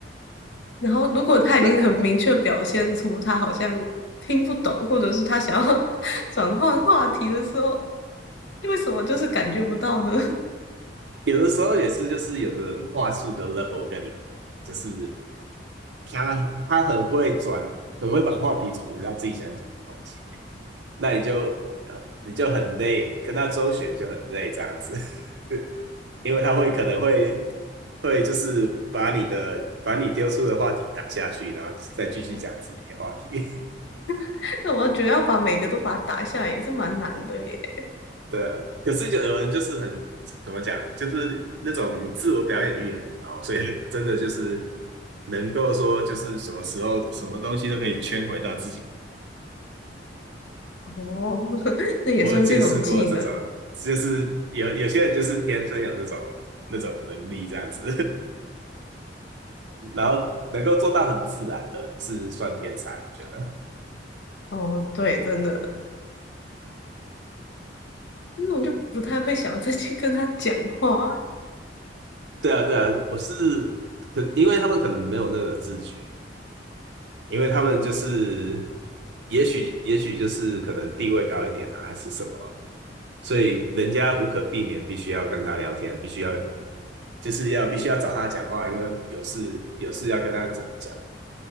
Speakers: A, on the left; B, on the right.
A: 然后如果他已经很明确表现出他好像听不懂，
B: 那
A: 或者是他想要 <laughs> 转换话题的时候，为什么就是感觉不到呢？
B: 有的时候也是，就是有的人话术的 level 跟你，就是他他很会转，很会把话题转回到自己想讲的东西，那你就呃你就很累，跟他周旋就很累这样子，<laughs> 因为他会可能会会就是把你的把你丢出的话题打下去，然后再继续讲自己的话题。
A: <laughs> 那我觉得要把每个都把它打下来也是蛮难的耶。
B: <laughs> 对啊可是就有人就是很怎么讲，就是那种自我表演欲很高，所以他真的就是能够说就是什么时候什么东西都可以圈回到自己。
A: 哦，<laughs> 那也算是一种技能。
B: 我有见识过这种，就是有有些人就是天生有那种那种能力这样子，<laughs> 然后能够做到很自然的，是算天才，我觉得。
A: 哦，对，真的，那我就不太会想要再去跟他讲话。
B: 对啊，对啊，我是可，因为他们可能没有那个自觉，因为他们就是，也许也许就是可能地位高一点啊，还是什么，所以人家无可避免必须要跟他聊天，必须要就是要必须要找他讲话，因为有事有事要跟他讲